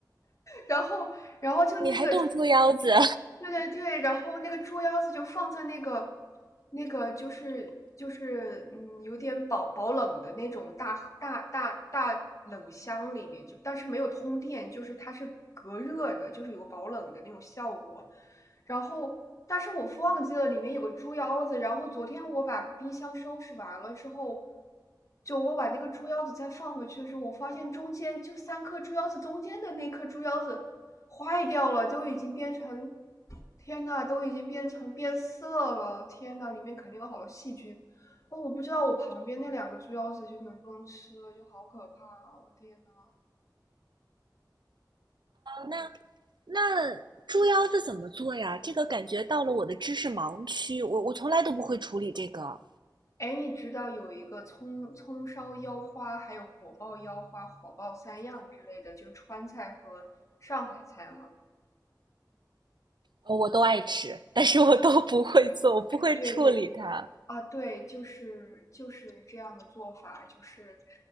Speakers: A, on the left (about 45°); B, on the right (about 75°).
A: 然后然后就那个就
B: 你还炖猪腰子？<laughs>
A: 对对对，然后那个猪腰子就放在那个那个就是就是嗯，有点保保冷的那种大大大大冷箱里面，就但是没有通电，就是它是隔热的，就是有保冷的那种效果。然后，但是我忘记了里面有个猪腰子，然后昨天我把冰箱收拾完了之后。就我把那个猪腰子再放回去的时候，我发现中间就三颗猪腰子中间的那颗猪腰子坏掉了，都已经变成天呐，都已经变成变色了！天呐，里面肯定有好多细菌。哦，我不知道我旁边那两个猪腰子就能不能吃了，就好可怕啊我的天呐。
B: 那那猪腰子怎么做呀？这个感觉到了我的知识盲区，我我从来都不会处理这个，
A: 哎，你知道有一个葱葱烧腰花，还有火爆腰花、火爆三样之类的，就是川菜和上海菜吗？
B: 哦我都爱吃，但是我都不会做，我不会处理它。
A: 对对对，啊，对，就是就是这样的做法，就是